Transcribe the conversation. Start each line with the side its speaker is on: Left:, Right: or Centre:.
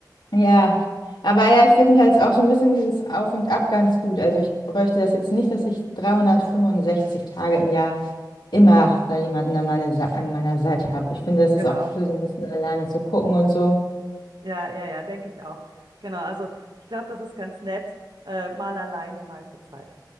Left: ja. Aber ja, ich finde halt auch so ein bisschen dieses Auf und Ab ganz gut. Also ich bräuchte das jetzt nicht, dass ich 365 Tage im Jahr immer da jemanden an, meine, Sa- an meiner Seite habe. Ich finde, das ist
Right: Genau.
Left: auch cool, so ein bisschen alleine zu gucken und so.
Right: Ja, ja, ja, denke ich auch. Genau. Also ich glaube, das ist ganz nett, äh, mal alleine, mal zu zweit.